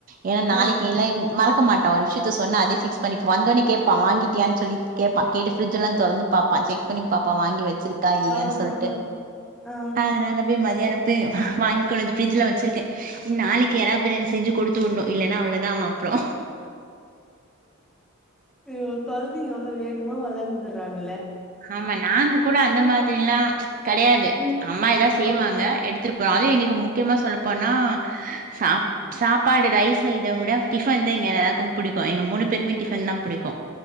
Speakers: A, on the right; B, in the centre.
A: ஏன்னா நாளைக்கி
B: ஆ ஆ
A: இல்லைன் மறக்க மாட்டா ஒரு விஷயத்த சொன்னா அதே பிக்ஸ் பண்ணி இப்ப வந்தோனே கேப்பா வாங்கிட் டியானு சொல்லி கேப்பா கேட்டு பிரிட்ஜ்லா தொறந்து பாப்பா செக் பன்னி பாப்பா வாங்கி வச்சிருக்கா இல்லையான்னு
B: ஆ
A: சொல்ட்டு
B: ஆ ஆ ஆ
A: அதனால போய் மத்யானோ போய் வா வாங்கி கொனந்து பிரிட்ஜ்ல வச்சிருக்கே நாளைக்கு எறா பிரியாணி செஞ்சு குடுத்துவுடணு இல்ன்னா அவ்ளதா அவ அப்றோ
B: ஐயோ கொழந்தைங்க எவ்ள வேகமா வளந்துறாங்க
A: ஆமா நாங்க கூட அந்த மாதிரிலா
B: பாக்கும்
A: கெடையாது
B: ம்.
A: அம்மா எதா செய்வாங்க
B: ஓகே
A: எடுத்துட்டு ப்ப அதே எங்களுக்கு முக்கியமா சொல்லப்போனா சாப் சாப்பாடு ரைஸ இத விட டிஃபன் தா ங்க எல்லாருக்கு புடிக்கு எங்க மூணு பேருமே டிஃபன் தா புடிக்கு